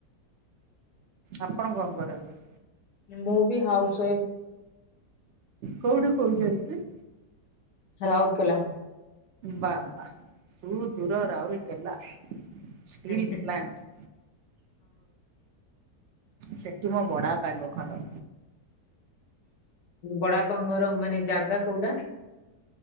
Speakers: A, on the right; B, on the left.
A: ଆପଣ କଣ କରନ୍ତି?
B: ମୁଁ ବି ହାଉସ ୱାଇଫ୍।
A: କଉଠୁ କହୁଛନ୍ତି?
B: ରାଉରକେଲା।
A: ବାବା ସୂ ଦୂର ରାଉଲକେଲା। ଷ୍ଟିଲ୍
B: ହେଁ,
A: ପ୍ଲାଣ୍ଟ। ସେଠି ମୋ ବଡାପା ଙ୍କ ଘର।
B: ବଡାପା ଙ୍କ ଘର ମାନେ ଜାଗା କୋଉଟା?